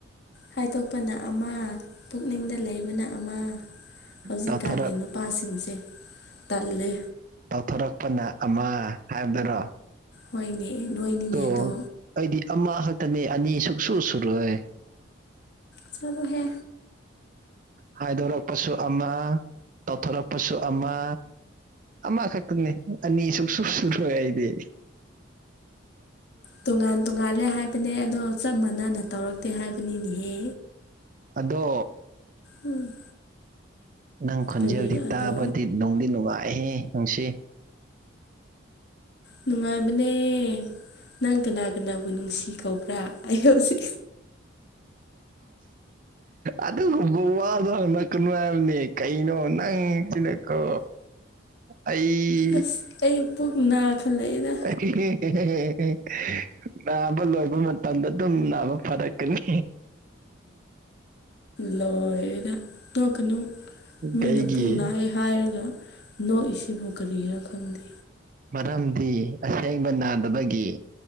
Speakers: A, on the left; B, on the right.
A: ꯍꯥꯏꯗꯣꯛꯄꯅ ꯑꯃ ꯄꯨꯛꯅꯤꯡꯗ ꯂꯩꯕꯅ ꯑꯃ ꯍꯧꯖꯤꯛꯀꯥꯟꯒꯤ
B: ꯇꯧꯊꯔꯛ
A: ꯅꯨꯄꯥꯁꯤꯡꯁꯦ ꯇꯜꯂꯦ
B: ꯊꯣꯔꯛꯄꯅ ꯑꯃ ꯍꯥꯏꯕꯗꯔꯣ
A: ꯍꯣꯏꯅꯦ ꯅꯣꯏꯅꯤꯅꯦ
B: ꯇꯣ
A: ꯑꯗꯣ
B: ꯑꯩꯗꯤ ꯑꯃꯈꯛꯇꯅꯦ ꯑꯅꯤ ꯁꯨꯛꯁꯨ ꯁꯨꯔꯣꯏ
A: ꯆꯂꯣꯍꯦ
B: ꯍꯥꯏꯗꯣꯔꯛꯄꯁꯨ ꯑꯃ ꯇꯧꯊꯣꯔꯛꯄꯁꯨ ꯑꯃ ꯑꯃ ꯈꯛꯇꯅꯦ ꯑꯅꯤꯁꯨꯛ ꯁ ꯁꯨꯔꯣꯏ ꯍꯥꯏꯗꯤ
A: ꯇꯣꯉꯥꯟ ꯇꯣꯉꯥꯜꯂꯦ ꯍꯥꯏꯕꯅꯦ ꯑꯗꯣ ꯆꯞ ꯃꯥꯟꯅꯅ ꯇꯧꯔꯛꯇꯦ ꯍꯥꯏꯕꯅꯤꯅꯦꯍꯦ
B: ꯑꯗꯣ
A: ꯎꯝ
B: ꯅꯪ ꯈꯣꯟꯖꯦꯜꯗꯤ
A: ꯀꯔꯤ ꯑꯗꯣ
B: ꯇꯥꯕꯗꯤ ꯅꯨꯡꯗꯤ ꯅꯨꯡꯉꯥꯏꯍꯦ ꯅꯨꯡꯁꯤ
A: ꯅꯨꯡꯉꯥꯏꯕꯅꯤꯅꯦ ꯅꯪꯒꯅꯅꯥꯒ ꯅꯕꯨ ꯅꯅꯨꯡꯁꯤ ꯀꯥꯎꯕ꯭ꯔꯥ ꯑ ꯍꯧ ꯁꯤ
B: ꯑꯗꯨꯒꯨꯝꯕ ꯋꯥꯗꯣ ꯍꯪꯉꯛꯀꯅꯨ ꯍꯥꯏꯕꯅꯦ ꯀꯩꯅꯣ ꯅꯪ ꯇꯅꯀꯣ ꯑꯩ
A: ꯑꯁ ꯑꯩ ꯄꯨꯛ ꯅꯥꯈꯠꯂꯛꯏꯗ
B: <inaudible> ꯅꯥꯕ ꯂꯣꯏꯕ ꯃꯇꯝꯗ ꯑꯗꯨꯝ ꯅꯥꯕ ꯐꯥꯔꯛꯀꯅꯤ
A: ꯂꯣꯏꯔꯦꯗ ꯅꯣꯏ ꯀꯩꯅꯨ ꯃꯤꯅ
B: ꯀꯩꯒꯤ
A: ꯄꯨꯨ ꯅꯥꯑ ꯍꯥꯏꯔꯒ ꯅꯣ ꯏꯕꯨꯣ ꯀꯔꯤꯔ ꯈꯪꯗ
B: ꯃꯔꯝꯗꯤ ꯑꯁꯦꯡꯕ ꯅꯥꯗꯕꯒꯤ